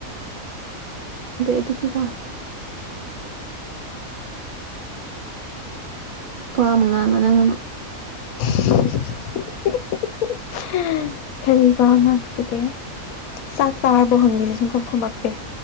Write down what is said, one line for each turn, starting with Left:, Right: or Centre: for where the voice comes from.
Right: ꯑꯗꯨꯒꯤ
Left: ꯈꯪꯗꯦ
Right: ꯋꯥꯅꯤ
Left: ꯑꯗꯨꯗꯤ ꯀꯃꯥꯏ
Right: ꯋꯥ ꯑꯃꯨꯛ ꯉꯥꯡꯉꯣ ꯅꯪ ꯑꯃꯨꯛ
Left: ꯍꯍꯍ ꯀꯔꯤ ꯋꯥ ꯉꯥꯛꯁꯤꯒꯦ ꯆꯥꯛ ꯆꯥꯔꯕ ꯍꯪꯉꯤꯁꯤ ꯁꯨꯡꯈꯨꯝ ꯈꯨꯃꯛꯇꯦ